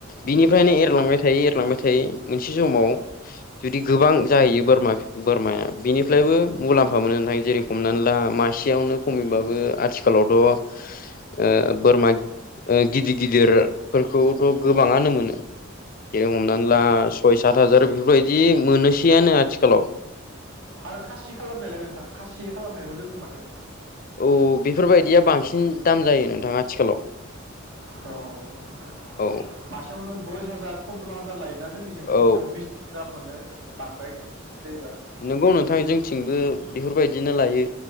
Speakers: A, on the left (about 45°); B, on the right (about 80°).
A: बिनिफ्रायनो
B: औ
A: एरलांबाय
B: औ
A: थायो एरलांबाय थायो मोनसे समाव जुदि गोबां जाहैयो बोरमा बोरमाया बिनिफ्रायबो मुलाम्फा मोनो नोंथां जेरै हमनानै ला मासेयावनो खमैब्लाबो आथिखालावथ' ओ बोरमा गिदिर गिदिरफोरखौथ' गोबाङानो मोनो। जेरै हमनानै ला सय सात हाजार बेफोरबायदि मोनोसैयानो आथिखालाव।
B: आरो खासि खालामनायालाय नोंथां खासि खालामनायबो दङ माथो।
A: औ बेफोरबायदिया बांसिन दाम जायो नोंथाङा आथिखालाव।
B: औ
A: औ।
B: मासेयावनो दस हाजार पन्द्र' हाजार लायोना जोंनिजों
A: औ
B: नोंथां बिस ग्राम मोनो। <inaudible>
A: नोंगौ नोंथां जोंथिंबो बेफोरबायदिनो लायो